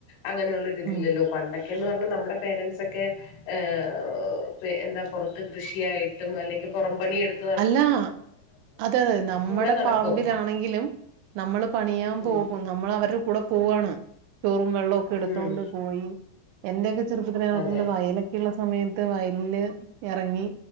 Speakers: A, on the left; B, on the right.
A: അങ്ങനെയുള്ള ഒരിതില്ലല്ലോ
B: ഉം
A: പണ്ടൊക്കെന്ന് പറഞ്ഞ നമ്മുടെ പേരന്റ്സൊക്കെ ഏഹ് - എന്താ പൊറത്ത് കൃഷിയായിട്ടും അല്ലെങ്കി പൊറം പണിയെടു -
B: അല്ല അത് നമ്മടെ
A: കൂടെ നടക്കും
B: പറമ്പിലാണെങ്കിലും നമ്മള് പണിയാൻ
A: ഉം
B: പോകും നമ്മള് അവര്ടെ കൂടെ പോവാണ് ചോറും വെള്ളോക്കെ എടുത്തോണ്ട്
A: ഉം
B: പോയി എന്റെയൊക്കെ ചെറുപ്പത്തിന് ന നോക്കുമ്പം
A: അതെ
B: വയലൊക്കെ കിള്ള സമയത്ത് വയലില്ല് എറങ്ങി